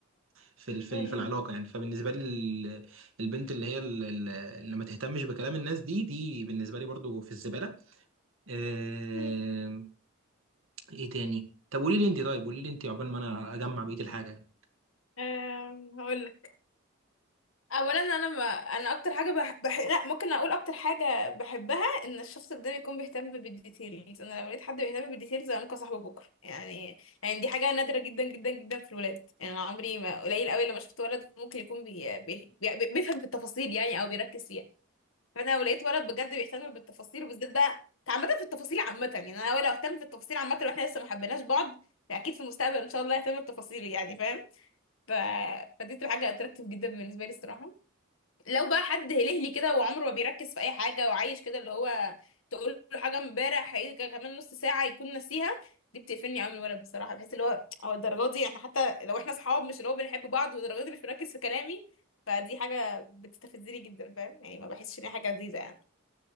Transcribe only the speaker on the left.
ايوه
مم.
آم، هقول لك اولا انا ما انا اكتر حاجه بح... بح... لا ممكن اقول اكتر حاجه بحبها ان الشخص قدامي يكون بيهتم بالديتيلز انا لو لقيت حد بيهتم بالديتيلز انا ممكن اصاحبه بكره يعني يعني دي حاجه نادره جدا جدا جدا في الولاد يعني انا عمري ما قليل قوي لما شفت ولد ممكن يكون بي... بي... بي... بيفهم في التفاصيل يعني او بيركز فيها فانا لو لقيت ولد بجد بيهتم بالتفاصيل وبالذات بقى عامه في التفاصيل عامه يعني انا لو اهتم في التفاصيل عامه واحنا لسه ما حبيناش بعض فاكيد في المستقبل ان شاء الله اهتم بتفاصيلي يعني فاهم ف... فدي تبقى حاجه اتراكتيف جدا بالنسبه لي الصراحه لو بقى حد هلهلي كده وعمره ما بيركز في اي حاجه وعايش كده اللي هو تقول له حاجه امبارح هيجي كمان نص ساعه يكون ناسيها دي بتقفلني قوي من الولد بصراحه بحس اللي هو هو الدرجات دي احنا حتى لو احنا اصحاب مش اللي هو بنحب بعض والدرجات دي مش مركز في كلامي فدي حاجه بتستفزني جدا فاهم يعني ما بحسش ان هي حاجه لذيذه يعني